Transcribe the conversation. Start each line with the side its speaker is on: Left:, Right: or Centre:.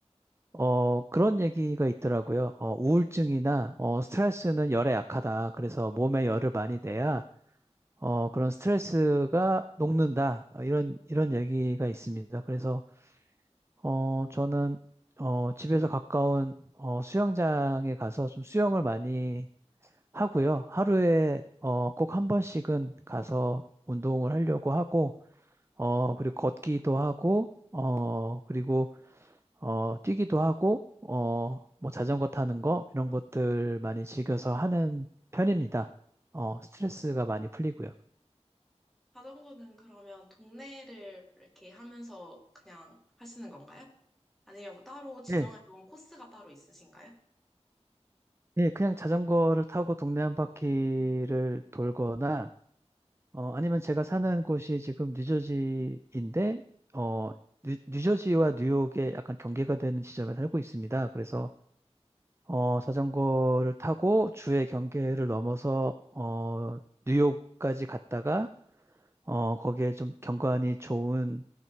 Right: 어, 그런 얘기가 있더라고요. 어, 우울증이나 어, 스트레스는 열에 약하다. 그래서 몸에 열을 많이 내야 어, 그런 스트레스가 녹는다. 어, 이런 이런 얘기가 있습니다. 그래서 어, 저는 어, 집에서 가까운 어, 수영장에 가서 좀 수영을 많이 하고요. 하루에 어, 꼭 한 번씩은 가서 운동을 하려고 하고, 어, 그리고 걷기도 하고, 어, 그리고 어, 뛰기도 하고, 어, 뭐 자전거 타는 거 이런 것들 많이 즐겨서 하는 편입니다. 어, 스트레스가 많이 풀리고요.
Centre: 자전거는 그러면 동네를 이렇게 하면서 그냥 하시는 건가요? 아니면 뭐 따로 지정해
Right: 예,
Centre: 놓은 코스가 따로 있으신가요?
Right: 예, 그냥 자전거를 타고 동네 한 바퀴를 돌거나 어, 아니면 제가 사는 곳이 지금 뉴저지인데, 어, 뉴, 뉴저지와 뉴욕의 약간 경계가 되는 지점에 살고 있습니다. 그래서, 어, 자전거를 타고 주의 경계를 넘어서, 어, 뉴욕까지 갔다가, 어, 거기에 좀 경관이 좋은,